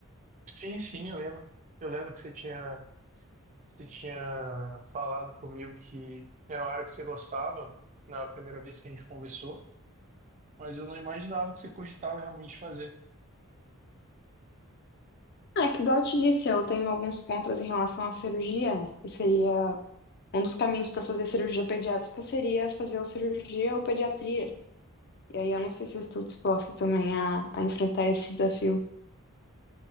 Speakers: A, on the right (about 35°); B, on the left (about 45°).
A: Sim, sim, eu lembro. Eu lembro que você tinha, você tinha falado comigo que era uma área que você gostava na primeira vez que a gente conversou, mas eu não imaginava que você cogitava realmente fazer.
B: É que, igual eu te disse, eu tenho alguns contras em relação à cirurgia, né? E seria um dos caminhos para fazer cirurgia pediátrica seria fazer ou cirurgia ou pediatria. E aí eu não sei se eu estou disposta também a, a enfrentar esse desafio.